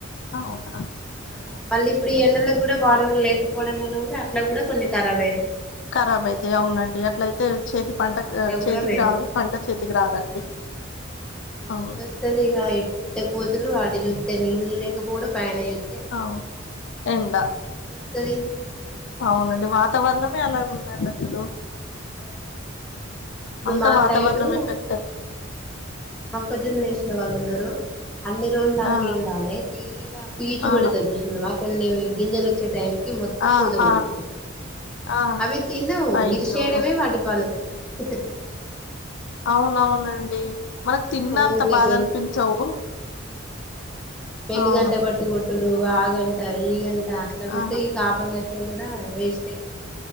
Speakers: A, on the left; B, in the centre.
A: అవునా
B: ఆ మళ్ళీ ఇప్పుడు ఈ ఎండలకుకి కూడా బడర్ లేకపోవడం వల్ల కూడా అట్లా కూడా కొన్ని ఖరాబ్ అయినాయి
A: కారాబ్ అయితే అవునండి అట్లయితే తే చేతి
B: ఆ
A: పంట
B: అట్లా కూడా
A: చేతికి
B: పోయినాయి
A: రాదు పంట చేతికి రాదండి
B: ఇంకా
A: అవును
B: ఏడుస్తది ఇక ఇటు చూస్తే కోతులు అటు చూస్తే నీళ్ళు లేకపోవుడు పైన చ
A: అవును ఇంకా
B: అది
A: అవునండి వాతావరణమే అలాగ ఉందండి అసలు
B: ఆ ఇప్పుడు
A: అత
B: మా
A: వాతవరణం
B: సైడు
A: ఏఫెక్ట్
B: మొక్కజొన్న వేసిన వాళ్ళు ఉన్నారు అన్ని రోజులు దాక
A: ఆ
B: ఏండాలే తీరా పీచు
A: ఆ
B: పడితే చూసిందిమా కొన్ని గింజెలు వచ్చే టైంకి మొం
A: ఆ
B: వదులు
A: ఆ
B: పడదు
A: ఆ
B: అవి తినవు
A: అయ్యో
B: ఇరిసేయడమే వాటి పాలి <unintelligible>
A: అవునవునండి మనకు తిన్నా అంత
B: ఊకే
A: బాధ
B: బెల్
A: అనిపించవు
B: పెళ్లిి
A: అవును
B: గంట పట్టి కొట్టుడు ఆ గంట ఈ గంట అట్లా పెట్టి
A: ఆ
B: ఈ కాపలి క ఇలా కూడా వేస్ట్ ఏ